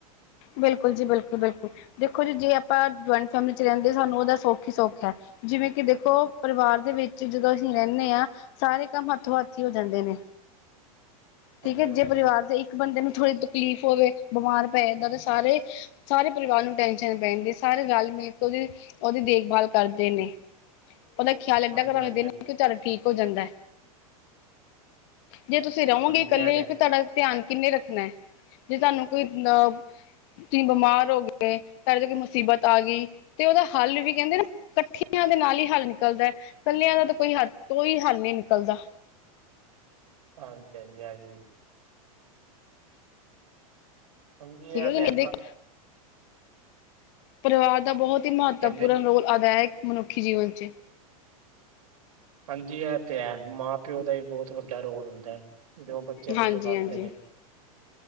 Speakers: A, on the left; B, on the right.
A: ਬਿਲਕੁਲ ਜੀ, ਬਿਲਕੁਲ-ਬਿਲਕੁਲ। ਦੇਖੋ, ਜੀ ਜੇ ਆਪਾਂ ਜੁਆਇੰਟ ਫੈਮਿਲੀ ਚ ਰਹਿੰਦੇ ਸਾਨੂੰ ਉਹਦਾ ਸੁੱਖ ਹੀ ਸੁੱਖ ਏ ਜਿਵੇਂ ਕਿ ਦੇਖੋ, ਪਰਿਵਾਰ ਦੇ ਵਿੱਚ ਜਦੋਂ ਅਸੀਂ ਰਹਿੰਨੇ ਆਂ ਸਾਰੇ ਕੰਮ ਹੱਥੋਂ-ਹੱਥ ਹੀ ਹੋ ਜਾਂਦੇ ਨੇ ਠੀਕ
B: ਹਾਂਜੀ
A: ਐ, ਜੇ
B: ਹਾਂਜੀ
A: ਪਰਿਵਾਰ ਦੇ ਇੱਕ ਬੰਦੇ ਨੂੰ ਥੋੜ੍ਹੀ ਤਕਲੀਫ਼ ਹੋਵੇ, ਬਿਮਾਰ ਪੈ ਜਾਂਦਾ ਤੇ ਸਾਰੇ-ਸਾਰੇ ਪਰਿਵਾਰ ਨੂੰ ਟੈਂਨਸ਼ਨ ਪੈਂ ਜਾਂਦੀ, ਸਾਰੇ ਰਲ-ਮਿਲ ਕੇ ਉਹਦੀ ਉਹਦੀ ਦੇਖਬਾਲ ਕਰਦੇ ਨੇ। ਉਹਦਾ ਖਿਆਲ ਇੱਦਾਂ
B: ਹਾਂਜੀ
A: ਕਿ ਤੁਹਾਨੂੰ
B: ਹਾਂਜੀ
A: ਦਿਨ ਕਿ ਚੱਲ ਠੀਕ ਹੋ ਜਾਂਦਾ, ਜੇ ਤੁਸੀਂ ਤੁਸੀ ਰਹੋਂਗੇ
B: ਹਾਂਜੀ
A: ਕੱਲੇ,
B: ਇਹ ਤੇ
A: ਫਿਰ ਤੁਹਾਡਾ ਧਿਆਨ ਕਿੰਨੇ ਰੱਖਣਾ, ਜੇ ਤੁਹਾਨੂੰ ਕੋਈ ਅ ਤੁਸੀਂ ਬਿਮਾਰ ਹੋ ਗਏ, ਤੁਹਾਡੇ ਤੋਂ ਕੋਈ ਮੁਸੀਬਤ ਆ ਗਈ ਤੇ ਉਹਦਾ ਹੱਲ ਵੀ ਕਹਿੰਦੇ ਨਾ, ਇਕੱਠੀਆਂ ਦੇ ਨਾਲ ਹੀ ਹੱਲ ਨਿਕਲਦਾ ਕੱਲਿਆਂ ਦਾ ਤਾਂ ਕੋਈ ਹ, ਕੋਈ ਹੱਲ ਨੀ ਨਿਕਲਦਾ।
B: ਹਾਂਜੀ-ਹਾਂਜੀ, ਹਾਂਜੀ। ਹਾਂਜੀ
A: ਠੀਕ
B: ਐ
A: ਹੈ ਕਿ
B: ਤੇ
A: ਨਹੀਂ
B: ਹੈਗਾ।
A: ਦੇਖ ਪਰਿਵਾਰ ਦਾ ਬਹੁਤ ਹੀ ਮਹੱਤਵਪੂਰਨ
B: ਕਹਿੰਦੇ
A: ਰੋਲ ਅਦਾ ਹੈ, ਇਕ ਮਨੁੱਖੀ ਜੀਵਨ' ਚ।
B: ਹਾਂਜੀ, ਇਹ ਤੇ ਐ, ਮਾਂ-ਪਿਓ ਦਾ ਹੀ ਬਹੁਤ ਵੱਡਾ ਰੋਲ ਹੁੰਦਾ ਹੈ ਜੋ, ਬੱਚਿਆਂ ਨੂੰ
A: ਹਾਂਜੀ
B: ਸਿਖਾਂਦੇ
A: ਹਾਂਜੀ
B: ਨੇ।